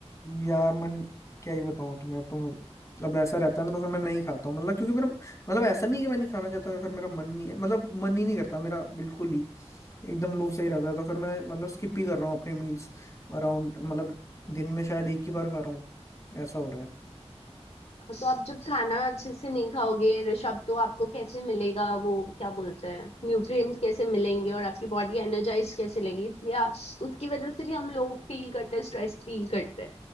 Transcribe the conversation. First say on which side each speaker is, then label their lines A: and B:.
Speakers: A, on the left; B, on the left.
A: यार मन क्या ही बताऊँ तुम्हें तुम अब ऐसा रहता है ना तो फिर मैं नहीं खाता हूँ मतलब क्योंकि मेरा मतलब ऐसा नहीं है कि मैं नहीं खाना चाहता हूँ या फिर मेरा मन नहीं है मतलब मन ही नहीं करता मेरा बिल्कुल ही एकदम लोभ सही रहता है तो फिर मैं मतलब स्किप ही कर रहा हूँ अपने मील्स अराउंड मतलब दिन में शायद एक ही बार खा रहा हूँ ऐसा हो रहा है
B: तो आप जब खाना अच्छे से नहीं खाओगे ऋषभ तो आपको कैसे मिलेगा वो क्या बोलते हैं न्यूट्रिएंट्स कैसे मिलेंगे और आपकी बॉडी एनर्जाइज कैसे लगेगी इसलिए आप उसकी वजह से भी हम लोग फील करते हैं स्ट्रेस फील करते हैं